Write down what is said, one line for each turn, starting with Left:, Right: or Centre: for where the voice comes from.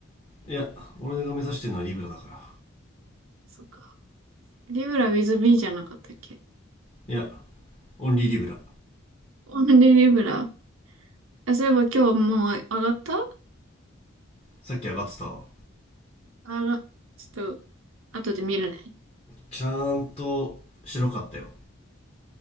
Left: いや俺が目指してるのはリブラだから
Right: そっか。リブラ WithB じゃなかったっけ
Left: いやオンリーリブラ
Right: オンリーリブラ。あ、そういえば今日もう上がった
Left: さっき上がってたわ
Right: 上が、ちょっと、後で見るね。
Left: ちゃんと白かったよ